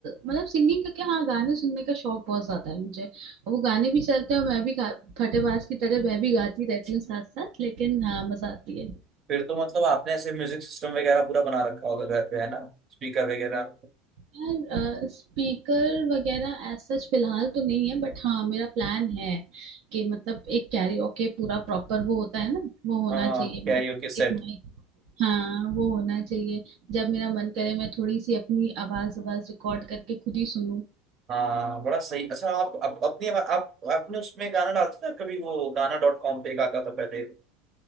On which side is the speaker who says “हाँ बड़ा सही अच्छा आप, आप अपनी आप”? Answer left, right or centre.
Right